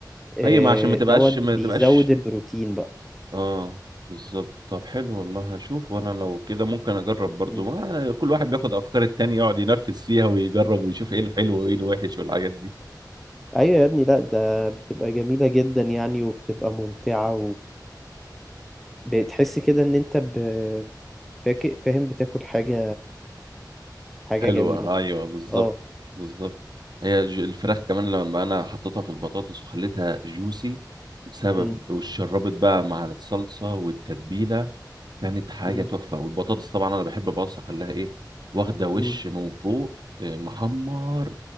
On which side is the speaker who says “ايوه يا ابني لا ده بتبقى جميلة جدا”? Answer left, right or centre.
Centre